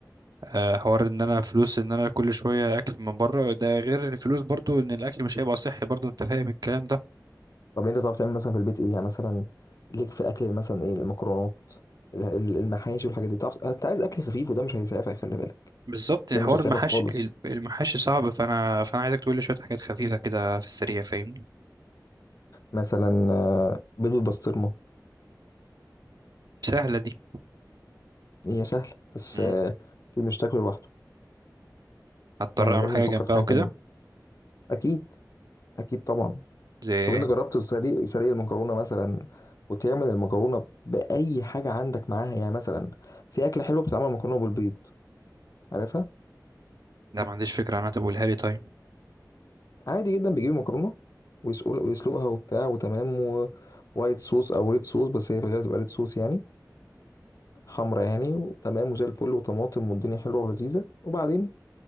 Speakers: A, on the right (about 65°); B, on the left (about 50°).
A: آه، حوار ان انا فلوس ان انا كل شوية اكل من بره ده غير الفلوس برضو ان الاكل مش هيبقى صحي برضو انت فاهم الكلام ده
B: طب انت تعرف تعمل مثلا في البيت ايه يعني مثلا ليك في الاكل مثلا ايه المكرونات ال- ال- المحاشي والحاجات دي تعرف انت عايز اكل خفيف وده مش هيسعفك خلي بالك
A: بالظبط يعني
B: ده مش
A: حوار
B: هيسعفك
A: المحاشي
B: خالص
A: المحاشي صعب فانا فانا عايزك تقول لي شوية حاجات خفيفة كده في السريع فاهمني
B: مثلا آه، بيض بالبسطرمه
A: سهلة دي
B: هي سهله بس
A: مم.
B: آه، مش تاكله لوحده
A: هضطر
B: يعني
A: اعمل
B: لازم
A: حاجة
B: نفكر
A: جنبها
B: في حاجه
A: وكده
B: تانية اكيد اكيد طبعا
A: زي إيه؟
B: طب انت جربت سليق سليق المكرونه مثلا وتعمل المكرونه باي حاجه عندك معاها يعني مثلا في اكله حلوه بتتعمل مكرونه بالبيض عارفها
A: لا ما عنديش فكرة انا تقولها لي طيب
B: عادي جدا بيجيب مكرونه ويسقل ويسلقها وبتاع وتمام ووايت صوص او ريد صوص بس هي في الغالب تبقى ريد صوص يعني حمرا يعني وتمام وزي الفل وطماطم والدنيا حلوه ولذيذه وبعدين